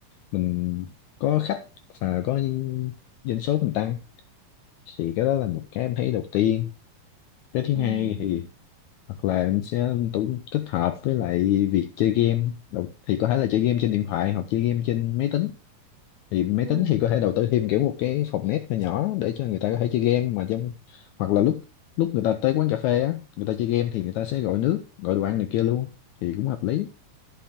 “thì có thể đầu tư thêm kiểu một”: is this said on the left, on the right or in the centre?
Left